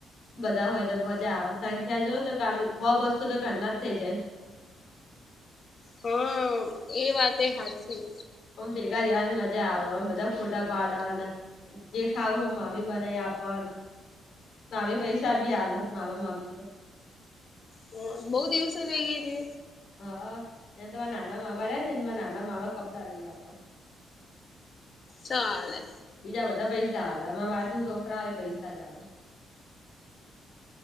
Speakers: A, on the left (about 65°); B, on the left (about 45°).
A: બધા હોય તો મજા સંખ્યા. જો ને કાલી હો બસ તો ઘરના જ થઈ જાય.
B: હા, એ વાતે હાચી.
A: અમ ભેગા દેવાની મજા આવે, અમે બધા ફોટા પાડતા. જે ખાવું હોય, મામી બનાવી આપતા. મામી પૈસા બી આલ, મામા-મામી.
B: હ બહુ દિવસે ગઈ હે.
A: હા, ત્યાં તો નાના મામા લ્યા ને નાના મામા કપડાં લઈ આપો.
B: ચાલે
A: બીજા બધા પૈસા આલે. મારા માસી છોકરા પૈસા જ આપે.